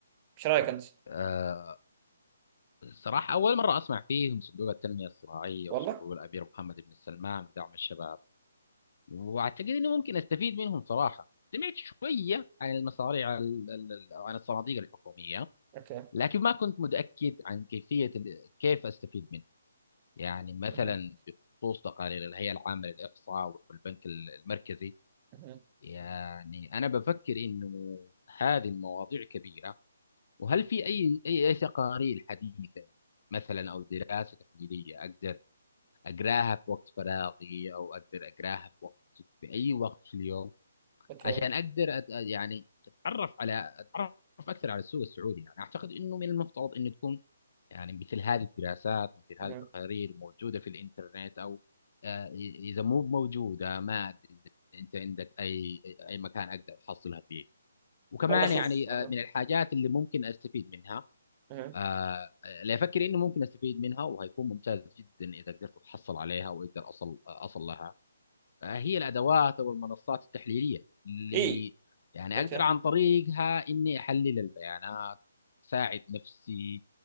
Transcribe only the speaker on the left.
أه صراحه اول مره اسمع فيهم صندوق التنميه الصناعيه
وصندوق الامير محمد بن سلمان لدعم الشباب واعتقد اني ممكن استفيد منهم صراحه سمعت شويه عن المصاريع ال- ال- ال- عن الصناديق الحكوميه
لكن ما كنت متاكد عن كيفيه ال- كيف استفيد منها يعني مثلا
بخصوص تقارير الهيئة العامة للإحصاء والبنك المركزي
يعني أنا بفكر إنه هذه المواضيع كبيرة وهل في أي أي أي تقارير حديثة مثلا أو دراسة تحليلية أقدر أقراها في وقت فراغي أو أقدر أقراها في وقت في أي وقت في اليوم
عشان أقدر أت- يعني أتعرف على أتعرف أكثر على السوق السعودي يعني أعتقد إنه من المفترض إنه تكون يعني مثل هذه الدراسات مثل
هذه التقارير موجودة في الإنترنت أو آه، إذا مو موجودة ما أدري إذا أنت عندك أي أي مكان أقدر أحصلها فيه وكمان
يعني آه،
من الحاجات اللي ممكن أستفيد منها
آه، اللي أفكر إنه ممكن أستفيد منها وهيكون ممتاز جدا إذا قدرت أتحصل عليها وأقدر أصل أصل لها آه، هي الأدوات أو المنصات التحليلية اللي
يعني
أقدر عن طريقها إني أحلل البيانات ساعد نفسي